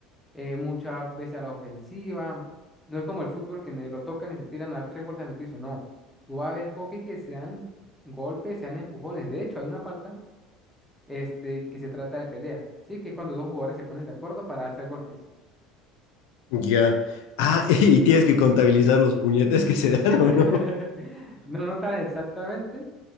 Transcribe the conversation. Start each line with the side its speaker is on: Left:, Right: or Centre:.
Centre: eh, muchas veces a la ofensiva, no es como el fútbol que me lo tocan y se tiran a tres vueltas en el piso, no, tú vas a ver hockey que se dan golpes, se dan empujones, de hecho, hay una falta este, que se trata de pelea, ¿sí? Que es cuando dos jugadores se ponen de acuerdo para darse golpes.
Left: ya. Ah, <laughs> y tienes que contabilizar los puñetes que se dan
Centre: <laughs>
Left: o no.
Centre: No, no tan exactamente,